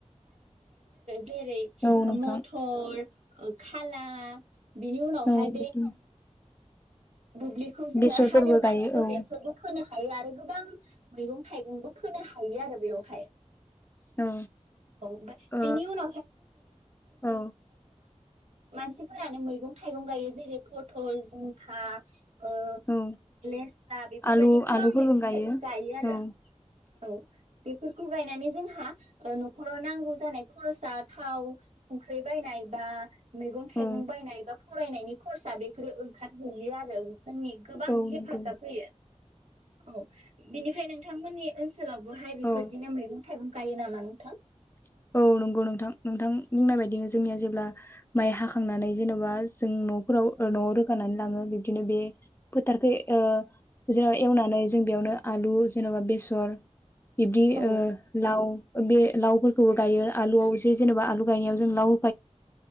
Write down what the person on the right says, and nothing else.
जेरै
ओ
मथर <unintelligible> <inaudible> बिनि उनावहाय
बुब्लिखौ जों
गायो आरो
गोबां मैगं थाइगंबो फोनो हायो आरो बेयावहाय
औ ओमफ्राय
बिनि उन
मानसिफोरानो मैगं थाइगं गायो जेरै पथल जिंखा ओ
लेस्रा बेफोरबायदि
गोबां
मैगं थाइगं गायो आरो
औ बेफोर खौ गायनानै जोंहा ओ न नखराव नांगौ जानाय खरसा थाव संख्रि बायनाय बा मैगं थाइगं
बायनाय बा फरायनायनि खरसा बेफोरो ओंखारहैयो आरो जोंनि गोबां
हेफाजाब
होयो औ बिनिफ्राय नोंथांमोननि ओनसोलावबोहाय बेफोरदिनो
मैगं थाइगं गायो नामा नोंथां <inaudible>
औ